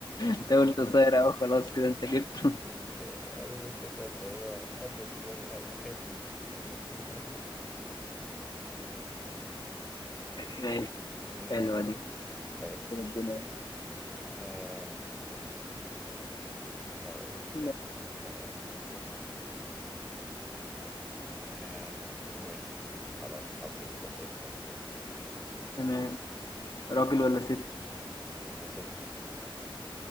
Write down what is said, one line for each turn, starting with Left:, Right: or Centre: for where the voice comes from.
Left: انت قلت قصير اهو خلاص كده انت جبت
Centre: آه، عارف انت مثلا اللي هو أطول شوية هيبقى حلمي مثلا <laughs>
Left: ماشي
Centre: ماشي
Left: حلوه دي
Centre: حلو
Left: كده الدنيا
Centre: آه، ماشي هقول
Left: لا.
Centre: لك مثلا مثلا آه، ماشي خلاص حطيت الشخصية في دماغي
Left: تمام راجل ولا ست
Centre: آه، ست